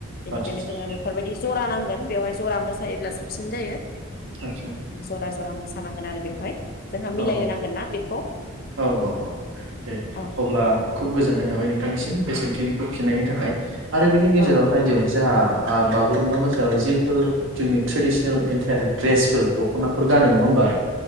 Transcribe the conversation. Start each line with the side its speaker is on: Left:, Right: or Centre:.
Left: बेनिखायनो
Right: आदसा आदसा
Left: जोङो बेफोरबायदि जरा नां गोन बेवहाय जरा मोसायोब्ला साबसिन जायो
Right: आदसा औ
Left: जरा जरा मोसानांगोन आरो बेवहाय। जोंहा मिलायनो
Right: औ औ
Left: नांगोन ना बेखौ
Right: औ औ औ दे
Left: औ
Right: अब्ला खुब गोजोननाय थाबाय नोंथांनिसिम बेसेन खिनिखौ खिनायनि थाखाय। आरो बेनि गेजेराव
Left: औ
Right: हाय देस जोंहा आं बागुरुम्बा मोसानायाव जिफोर जोंनि ट्रेडिसनेल एन्टायार दड्रेसफोर दख'नाफोर गानो नङा होमबा